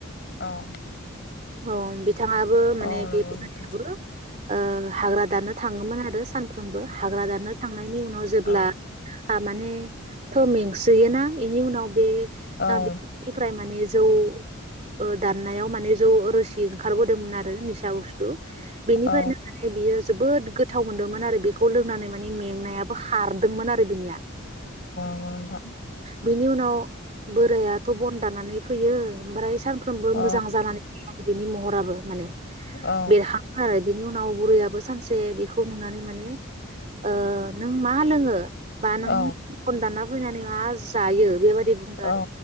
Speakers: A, on the left; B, on the right.
A: औ
B: ओ औ बि बिथांङाबो
A: औ
B: माने
A: नंगौ
B: बे <unintelligible>
A: नोंथां
B: रो ओ हाग्रा दाननो थाङोमोन आरो सानफ्रोमबो हाग्रा दाननो थांनायनि उनाव जेब्ला
A: औ
B: थामाने थ मेंसोयोना बेनि उनाव बे-बेनिफ्राय
A: औ
B: माने जौ ओ दाननायाव माने जौ रोसि ओंखारबोदोंमोन आरो निसा बुस्थु बेनिफ्रायनो
A: औ
B: माने बियो जोबोद गोथाव मोन्दोंमोन आरो बेखौ लोंनानै माने मेंनायाबो खारदोंमोन आरो बिनिया
A: अ नोंथां
B: बिनि उनाव बोरायाथ बन दाननानै फैयो ओमफ्राय सानफ्राम सानफ्रोमबो
A: औ
B: मोजां जानानै फैयो। बिनि महराबो माने
A: औ
B: बेरहां आरो बिनि उनाव बुरैयाबो सानसे बेखौ नुनानै माने ओ नों मा लोङो बा नों
A: औ
B: बन दानना फैनानै मा जायो बेबायदि बुंदों
A: औ
B: आरो